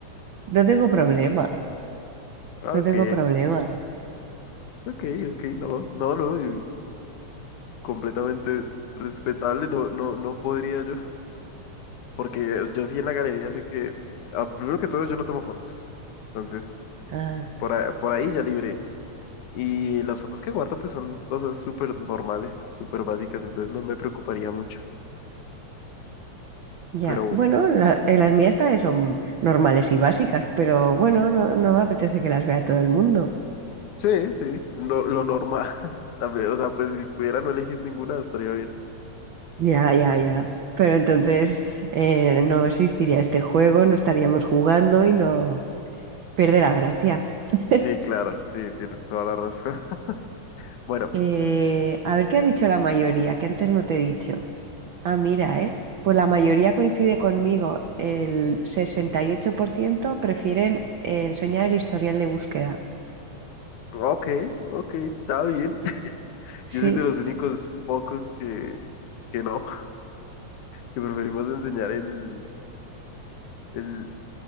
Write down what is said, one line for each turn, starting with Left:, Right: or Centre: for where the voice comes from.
Right: No tengo problema,
Left: Ok,
Right: no tengo problema.
Left: ok, ok, no, no, no, y completamente respetable, no, no, no podría yo. Porque yo sí en la galería sé que, ah, primero que todo, yo no tomo fotos. Entonces,
Right: Ah,
Left: por, a- por ahí ya libré. Y las fotos que guardo, pues son cosas súper normales, súper básicas, entonces no me preocuparía mucho.
Right: ya.
Left: Pero
Right: Bueno, la- eh, las mías también son normales y básicas, pero bueno, no, no me apetece que las vea todo el mundo.
Left: sí, sí, no, lo normal. <laughs> También, O sea, pues si pudiera no elegir ninguna, estaría bien.
Right: Ya, ya, ya. Pero entonces eh, no existiría este juego, no estaríamos jugando y no pierde la gracia. <laughs>
Left: Sí, claro, sí, tiene toda la razón. <laughs> Bueno,
Right: Eh, a ver qué ha dicho la mayoría, que antes no te he dicho. Ah, mira, ¿eh? Pues la mayoría coincide conmigo. El 68% prefieren eh, enseñar el historial de búsqueda.
Left: ok, ok, está bien. <laughs>
Right: Sí,
Left: Yo soy de los únicos pocos que, que no, que preferimos enseñar el el,